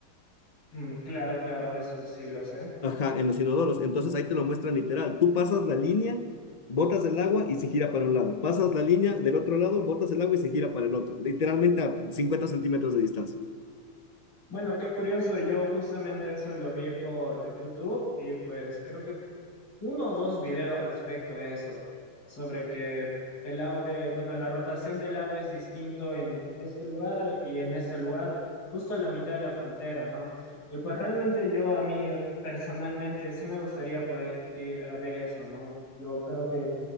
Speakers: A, on the left; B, on the left.
A: Mm, claro, claro, eso sí lo sé.
B: Ajá, en los inodoros. Entonces ahí te lo muestran literal. Tú pasas la línea, botas el agua y se gira para un lado. Pasas la línea del otro lado, botas el agua y se gira para el otro. Literalmente a cincuenta centímetros de distancia.
A: Bueno, qué curioso, yo justamente eso lo vi por YouTube y pues creo que uno o dos videos respecto a eso, sobre que el au- eh, bueno, la rotación del agua es distinto en este lugar y en este lugar, justo a la mitad de la frontera, ¿no? Y pues realmente yo, a mí personalmente, sí me gustaría poder ir a ver eso, ¿no? Yo creo que